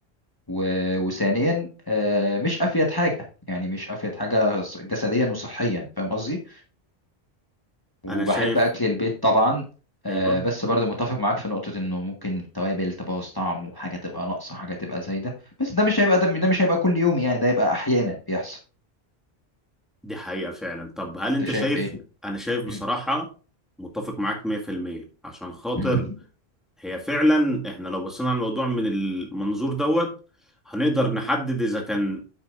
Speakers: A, on the left (about 20°); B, in the centre.
A: و... وثانيا آه، مش افيد حاجه يعني مش افيد حاجه ص- جسديا وصحيا فاهم قصدي وبحب
B: انا شايف
A: اكل البيت طبعا آه،
B: ايوه
A: بس برضه متفق معاك في نقطة انه ممكن التوابل تبوظ طعمه حاجة تبقى ناقصة حاجة تبقى زايدة بس ده مش هيبقى ده, ده مش هيبقى كل يوم يعني ده يبقى احيانا بيحصل
B: دي حقيقه فعلا طب هل
A: انت
B: انت
A: شايف
B: شايف
A: ايه؟
B: انا شايف بصراحه
A: مم.
B: متفق معاك 100% عشان خاطر
A: مم.
B: هي فعلا احنا لو بصينا على الموضوع من المنظور دوت هنقدر نحدد اذا كان